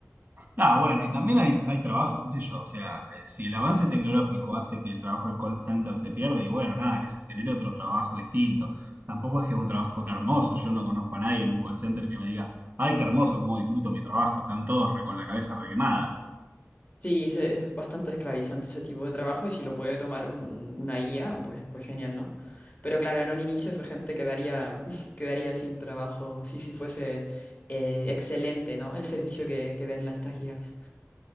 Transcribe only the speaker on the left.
Sí, ese- es bastante esclavizante ese tipo de trabajo y si lo puede tomar un- una IA, pues, pues genial, ¿no? Pero claro, en un inicio esa gente quedaría, <laughs> quedaría sin trabajo, sí, si fuese eh, excelente, ¿no? El servicio que, que den las estas guías.